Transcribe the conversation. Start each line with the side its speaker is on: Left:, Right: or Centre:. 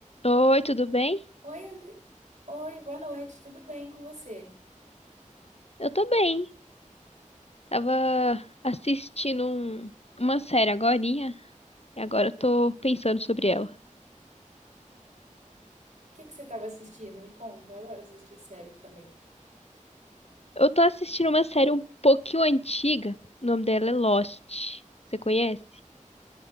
Left: Oi, tudo bem?
Right: Oi, Ande- Oi, boa noite, tudo bem com você?
Left: Eu tô bem. Tava assistindo um- uma série agorinha e agora eu tô pensando sobre ela.
Right: O que que você estava assistindo? Me conta, eu adoro assistir série também.
Left: Eu tô assistindo uma série um pouquinho antiga. O nome dela é Lost. Você conhece?